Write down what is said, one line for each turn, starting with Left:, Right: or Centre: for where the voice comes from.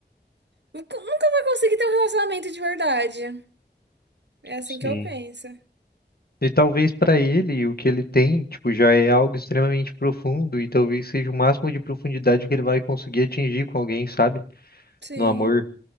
Right: Nunca nunca vai conseguir ter um relacionamento de verdade. É assim
Left: Sim.
Right: que eu penso.
Left: E talvez para ele o que ele tem, tipo, já é algo extremamente profundo e talvez seja o máximo de profundidade que ele vai conseguir atingir com alguém, sabe?
Right: Sim.
Left: No amor.